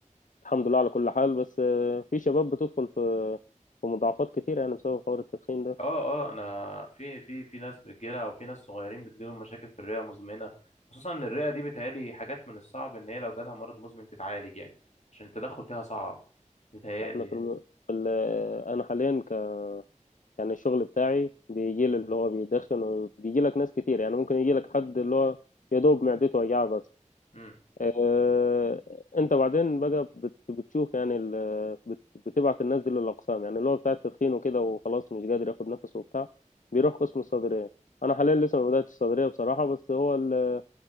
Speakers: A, on the left (about 80°); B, on the left (about 60°).
A: الحمد لله على كل حال بس آه، في شباب بتدخل في في مضاعفات كتير يعني بسبب حوار التدخين ده
B: اه اه انا في في في ناس بتجيلها او في ناس صغيرين بتجيلهم مشاكل في الرئه مزمنه خصوصا ان الرئه دي بتهيألي حاجات من الصعب ان هي لو جالها مرض مزمن تتعالج يعني عشان التدخل فيها صعب بتهيألي
A: احنا في,
B: يعني
A: الم... في ال... آه، انا حاليا ك... يعني الشغل بتاعي بيجي لي اللي هو بيدخن وبيجي لك ناس كتير يعني ممكن يجي لك حد اللي هو يا دوب معدته وجعه بس
B: امم
A: آه، انت بعدين بقى بت- بتشوف يعني ال- بت- بتبعت الناس دي للاقسام يعني اللي هو بتاع التدخين وكده وخلاص مش قادر ياخد نفسه وبتاع بيروح قسم الصدريه انا حاليا لسه ما بداتش الصدريه بصراحه بس هو ال-